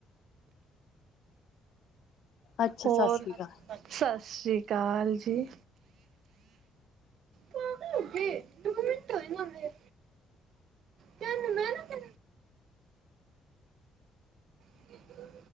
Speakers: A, on the left; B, on the right.
A: ਅੱਛਾ
B: ਹੋਰ,
A: ਸਤਿ ਸ਼੍ਰੀ ਅਕਾਲ।
B: ਸਤਿ ਸ੍ਰੀ ਅਕਾਲ ਜੀ। ਪਾਗਲ ਓ ਕੇ ਦੋ ਮਿੰਟ ਹੋਏ ਨੇ ਹਲੇ ਤੈਨੂੰ ਮੈਂ ਨਾ ਫੇਰ <inaudible>